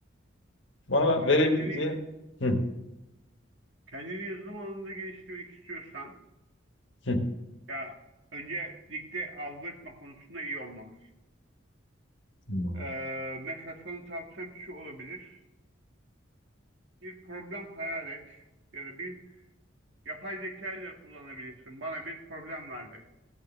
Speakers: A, on the left (about 70°); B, on the right (about 70°).
A: Bana
B: valla
A: verebileceğin...
B: kendini
A: Hı,
B: kendini yazılım alanında geliştirmek istiyorsan
A: hı,
B: ya öncelikle algoritma konusunda iyi olmalısın.
A: hı,
B: Ee, mesela sana tavsiyem şu olabilir. Bir problem hayal et ya da bir yapay zeka ile kullanabilirsin. Bana bir problem verdi.